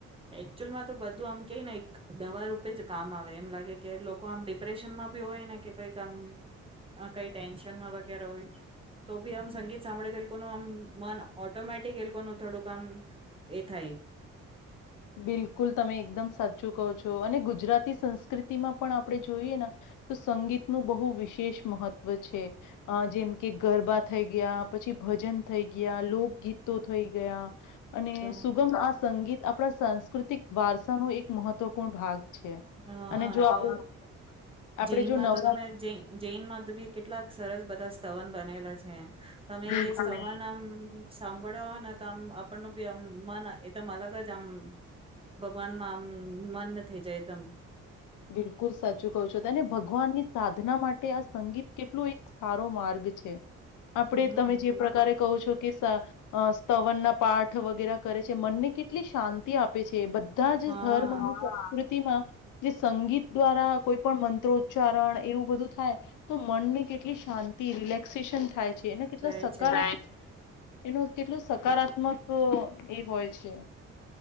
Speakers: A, on the right; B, on the left.
A: એકચુઅલમાં તો બધું આમ કઈ ને એક દવા રૂપે જ કામ આવે. એમ લાગે કે લોકો આમ ડિપ્રેશનમાં ભી હોય ને કઈ આમ કઈ ટેન્શનમાં વગેરા હોય તો ભી આમ સંગીત સાંભળે કોનો આમ મન ઓટોમેટ લોકો નું થોડું કામ એ થાય
B: બિલકુલ તમે એકદમ સાચું કહો છો અને ગુજરાતી સંસ્કૃતિમાં પણ આપણે જોઈએ તો સંગીતનું બહુ વિશેષ મહત્વ છે જેમ કે ગરબા થઈ ગયા પછી ભજન થઈ ગયા લોકગીતો થઈ ગયા અને
A: તો
B: સુગમ આ સંગીત આપણા સાંસ્કૃતિક વારસા નો એક મહત્વપૂર્ણ ભાગ છે
A: હા
B: અને જો
A: તો
B: આપણે આપણે
A: જૈનમાં
B: જો નવરાત્ર
A: તો તમે જૈનમાં બી કેટલાક સરસ બધા સ્થવન બનેલા છે તમે
B: બિલકુલ
A: એ સ્થવન આમ સાંભળ્યો હોય ને તો આમ આપણનું બી આમ મન એકદમ અલગ જ આમ ભગવાન માં આમ મન થઈ જાય. તમ.
B: બિલકુલ સાચું કહું છો તને ભગવાનની સાધના માટે આ સંગીત કેટલું એક સારો માર્ગ છે. આપડે
A: હમ
B: તમે જે પ્રકારે કહો છો કે સ અ સ્થવન ના પાઠ વગેરા કરે છે મનને કેટલી શાંતિ આપે છે. બધા જ
A: હા
B: ધર્મ સંસ્કૃતિ માં જે સંગીત દ્વારા કોઈ પણ મંત્રોચ્ચારણ એવું બધું થાય તો મનને કેટલી શાંતિ રિલેક્સેશન થાય છે. એને કેટલો
A: જાય
B: સકાર
A: છે
B: એનું કેટલું સકારાત્મક એ હોય છે.